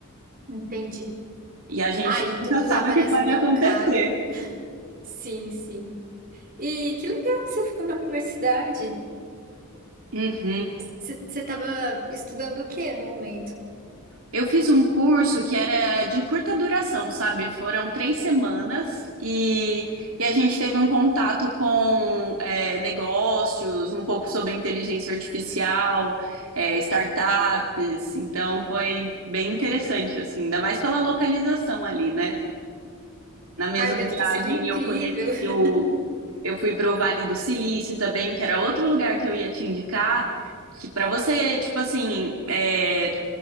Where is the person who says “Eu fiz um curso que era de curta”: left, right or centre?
Right